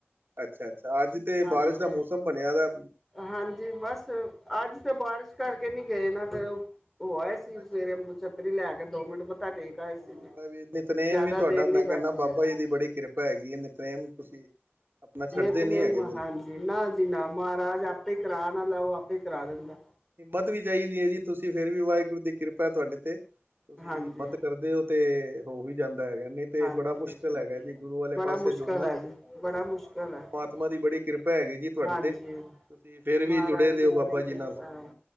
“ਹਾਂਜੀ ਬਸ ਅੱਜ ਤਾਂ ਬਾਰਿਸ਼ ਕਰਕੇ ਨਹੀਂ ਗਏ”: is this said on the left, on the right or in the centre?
Centre